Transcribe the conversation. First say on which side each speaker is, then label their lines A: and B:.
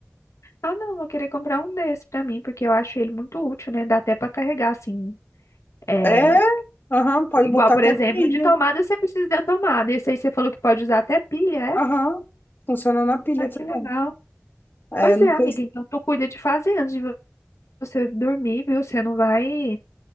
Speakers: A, on the left; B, on the left.
A: Ah, não, vou querer comprar um desse pra mim, porque eu acho ele muito útil, né? Dá até pra carregar, assim. É...
B: É, aham, pode
A: Igual,
B: botar
A: por
B: até
A: exemplo,
B: pilha.
A: de tomada você precisa da tomada. Esse aí você falou que pode usar até pilha, é?
B: Aham, funciona na pilha
A: Ai,
B: também.
A: que legal.
B: É,
A: Pois
B: não
A: é, amiga,
B: tem...
A: então tu cuida de fazer antes de vo- você dormir, viu? Você não vai,